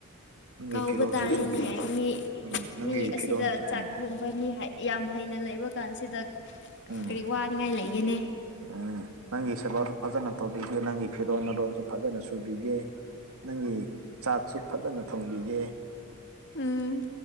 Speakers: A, on the right (about 80°); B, on the left (about 55°).
A: ꯅꯪꯒꯤ
B: ꯀꯥꯎꯕ
A: ꯐꯤꯔꯣꯜꯁꯨ
B: ꯇꯥꯔꯅꯦ
A: ꯁꯨꯕꯤꯒꯦ
B: ꯃꯤ
A: ꯎꯝ ꯅꯪꯒꯤ
B: ꯃꯤ ꯑꯁꯤꯗ
A: ꯐꯤꯔꯣꯜ ꯎꯝ
B: ꯆꯥꯛ ꯊꯣꯡꯕ ꯃꯤ ꯍꯩ ꯌꯥꯝ ꯍꯩꯅ ꯂꯩꯕ ꯀꯥꯟꯁꯤꯗ
A: ꯎꯝ
B: ꯀꯔꯤ ꯋꯥꯅꯤꯉꯥꯏ ꯂꯩꯒꯦꯅꯦ
A: ꯎꯝ ꯅꯪꯒꯤ ꯁꯦꯕꯥꯁꯨ ꯐꯖꯅ ꯇꯧꯕꯤꯒꯦ ꯅꯪꯒꯤ ꯐꯤꯔꯣꯟ ꯃꯔꯣꯟꯖꯨ ꯐꯖꯅ ꯁꯨ ꯇꯨꯕꯤꯒꯦ ꯅꯪꯒꯤ ꯆꯥꯛꯁꯨ ꯐꯖꯅ ꯊꯣꯡꯕꯤꯒꯦ
B: ꯎꯝ